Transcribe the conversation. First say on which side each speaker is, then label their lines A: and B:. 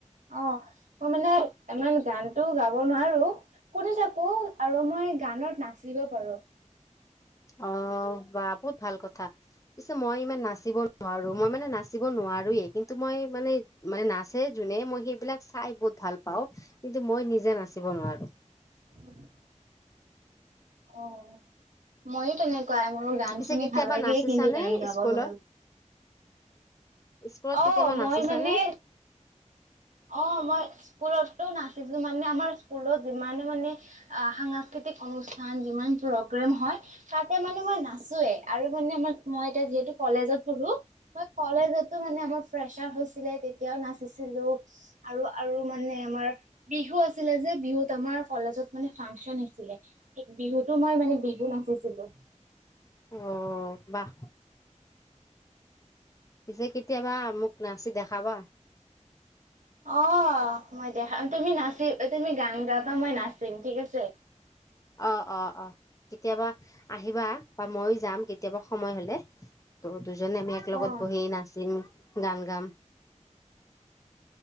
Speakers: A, on the right; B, on the left.
A: অ'। মই মানে ইমান গানতো গাব নোৱাৰোঁ। শুনি থাকো আৰু মই গানত নাচিব পাৰোঁ।
B: অ', বা বহুত ভাল কথা। পিছে মই ইমান নাচিব নোৱাৰো, মই মানে নাচিব নোৱাৰোৱে, কিন্তু মই মানে মানে নাচে যোনে মই সেইবিলাক চাই বহুত ভাল পাওঁ, কিন্তু মই নিজে নাচিব নোৱাৰোঁ।
A: <inaudible> অ', মইও তেনেকুৱাই মোৰ গান
B: পিছে
A: শুনি
B: কেতিয়াবা
A: ভাল লাগে
B: নাচিছানে
A: কিন্তু গান গাব
B: স্কুলত
A: নোৱাৰোঁ।
B: স্কুলত
A: অ',
B: কেতিয়াবা
A: মই
B: নাচিছানে
A: মানে অ', মই স্কুলতো নাচিছিলো মানে আমাৰ স্কুলত যিমানে মানে সাংস্কৃতিক অনুষ্ঠান যিমান প্ৰগ্ৰেম হয়। তাতে মানে মই নাচোৱে আৰু মানে আমাৰ মই এতিয়া যিহেঁতু কলেজত পঢ়ো। মই কলেজতো মানে আমাৰ প্ৰেচাৰ হৈছিলে তেতিয়াও নাচিছিলোঁ। আৰু আৰু মানে আমাৰ বিহু আছিলে যে বিহুত আমাৰ কলেজত মানে ফাংচন আছিলে। বিহুতো মই মানে বিহু নাচিছিলোঁ।
B: অ', বাহ। পিছে কেতিয়াবা মোক নাচি দেখাবা।
A: অ', মই দেখান তুমি নাচি, তুমি গান গাব মই নাচিম ঠিক আছে।
B: অ', অ', অ', কেতিয়াবা আহিবা বা ময়ো যাম কেতিয়াবা সময় হ'লে। ত' দুজনে আমি এক লগগত
A: অ'
B: বহি নাচিম, গান গাম।